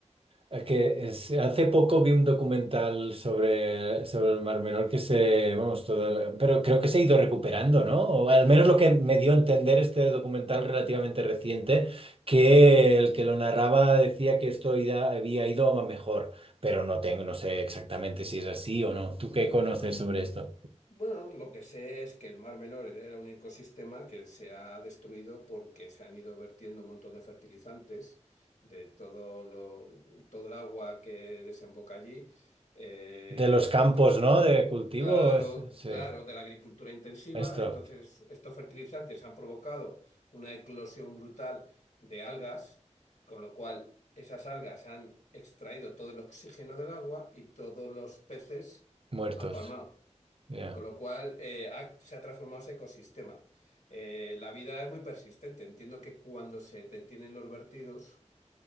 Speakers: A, on the right; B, on the left.
A: eh, que es- hace poco vi un documental sobre, sobre el Mar Menor que se, vamos, todo, el- pero creo que se ha ido recuperando, ¿no? O al menos lo que me dio a entender este documental relativamente reciente, que el que lo narraba decía que esto ida- había ido a mejor, pero no tengo, no sé exactamente si es así o no.
B: Mm,
A: ¿Tú qué conoces sobre esto?
B: Bueno, lo que sé es que el Mar Menor era un ecosistema que se ha destruido porque se han ido vertiendo un montón de fertilizantes de todo lo, todo el agua que desemboca allí. Eh,
A: De los campos,
B: entonces,
A: ¿no? De cultivo,
B: claro,
A: es- sí,
B: claro, de la agricultura intensiva.
A: esto,
B: Entonces, estos fertilizantes han provocado una eclosión brutal de algas, con lo cual esas algas han extraído todo el oxígeno del agua y todos los peces
A: muertos.
B: han palmado.
A: Ya.
B: Con lo cual, eh, ha- se ha transformado ese ecosistema. Eh, la vida es muy persistente. Entiendo que cuando se detienen los vertidos